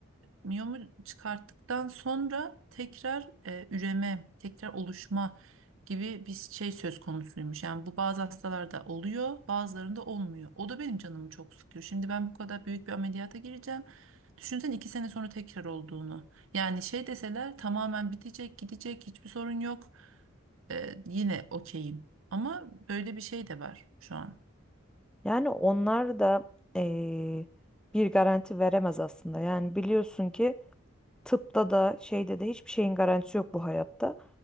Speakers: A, on the right; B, in the centre.
A: miyomu çıkarttıktan sonra tekrar e, üreme, tekrar oluşma gibi bir şey söz konusuymuş. Yani bu bazı hastalarda oluyor, bazılarında olmuyor. O da benim canımı çok sıkıyor. Şimdi ben bu kadar büyük bir ameliyata gireceğim. Düşünsen iki sene sonra tekrar olduğunu. Yani şey deseler tamamen bitecek, gidecek, hiçbir sorun yok. E, yine okeyim. Ama böyle bir şey de var şu an.
B: Yani onlar da eee, bir garanti veremez aslında. Yani biliyorsun ki Tıpta da şeyde de hiçbir şeyin garantisi yok bu hayatta.